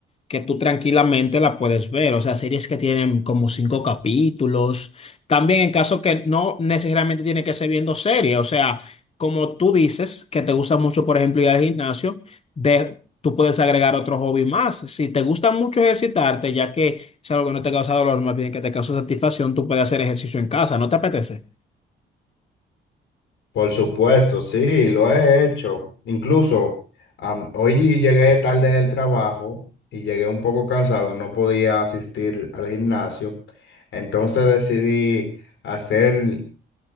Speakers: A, on the left (about 30°); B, on the left (about 75°).
A: que tú tranquilamente la puedes ver, o sea, series que tienen como cinco capítulos. También en caso que no necesariamente tiene que ser viendo series, o sea, como tú dices que te gusta mucho, por ejemplo, ir al gimnasio, de, tú puedes agregar otro hobby más. Si te gusta mucho ejercitarte, ya que es algo que no te causa dolor, más bien que te causa satisfacción, tú puedes hacer ejercicio en casa, ¿no te apetece?
B: Por supuesto, sí, lo he hecho. Incluso am, hoy llegué tarde del trabajo y llegué un poco cansado, no podía asistir al gimnasio. Entonces decidí hacer